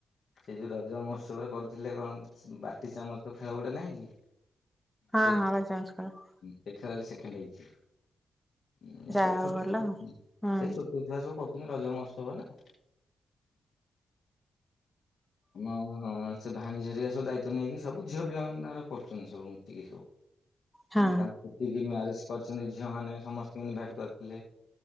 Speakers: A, on the left; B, in the centre.
A: ସେଇ ଯୋଉ ରଜ ମହୋତ୍ସବରେ କରୁଥିଲେ କଣ ବାଟି ଚାମଚ ଖେଳ ଗୋଟେ କଣ ନାହିଁ କି
B: ହଁ
A: ସେ
B: ହଁ ବା ଚାମୁଚ ଖେଳ।
A: ସେ ଖେଳରେ ସେକେଣ୍ଡ ହେଇ ଉ
B: ଯାହା
A: ସେ
B: ହଉ
A: ଛୋଟ
B: ଭଲ
A: ଛୁଆ
B: ହୁଁ
A: ସେ ଛୋଟ ଛୁଆ ସବୁ କରୁଛନ୍ତି। ରଜ ମହୋତ୍ସବ ନା ହଁ ହଁ। ସେ ଭାଣେଜୀ ହେରିକା ସବୁ ଦାୟିତ୍ୱ ନେଇକି ସବୁ ଝିଅ ପିଲାମାନେ ତାଙ୍କର କରୁଛନ୍ତି ସବୁ ମିଶିକି ସବୁ।
B: ହଁ
A: ତାଙ୍କ ଯେତିକି ମ୍ୟାରେଜ କରିଛନ୍ତି ଝିଅ ମାନେ ସମସ୍ତଙ୍କୁ ଇନ୍ଭାଇଟ କରିଥିଲେ।